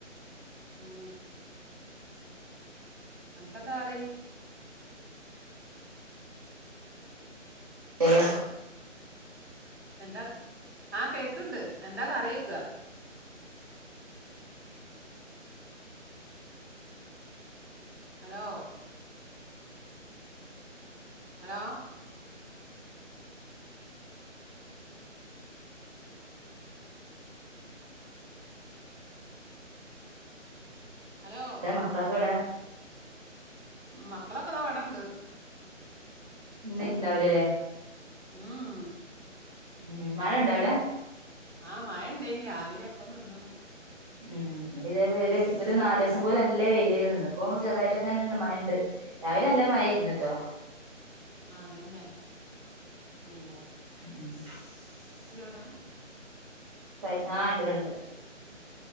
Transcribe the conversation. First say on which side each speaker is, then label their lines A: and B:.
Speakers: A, on the right (about 55°); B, on the right (about 30°).
A: ആ അണക്കെന്താ കറി
B: ശരി
A: അല്ല എന്താ ആ കേക്കുണ്ട് എന്താ കറിയിക്ക ഹലോ ഹലോ ഹലോ
B: അതെ മക്കളൊക്കെ എവടെ
A: മക്കളൊക്കെ അതാ ഇവടണ്ട്
B: ഇന്നുണ്ടാവില്ലല്ലേ
A: ഉം
B: ഉം മഴ ഇണ്ടോ അവിടെ
A: ആഹ മഴ ഇണ്ട ഇനി രാവിലെ എപ്പ നിന്നാണ്
B: ഉം ഇവിടി ഇതേ ഒരു നാല് ദിവസം പോലും അല്ലേ വെയിലായിരുന്ന് ഇപ്പൊ ചെറുതായിട്ടൊക്കെ മഴയിണ്ട് രാവിലെ എല്ലാ മഴയായിരുന്ന്ട്ടോ
A: അന്നെ പിന്നെ
B: <unintelligible>
A: <unintelligible>
B: കൈ ആഹ് ഇണ്ട് ഇവിടിണ്ട്